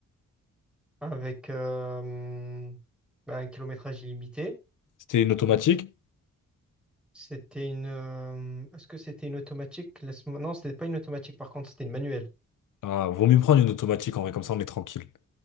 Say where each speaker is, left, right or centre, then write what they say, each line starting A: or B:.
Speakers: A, in the centre; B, on the left (about 75°).
A: avec euh, bah, un kilométrage illimité.
B: C'était une automatique.
A: C'était une. euh, est-ce que c'était une automatique? Laisse-moi- Non, c'était pas une automatique, par contre, c'était une manuelle.
B: Ah, vaut mieux prendre une automatique en vrai, comme ça on est tranquille.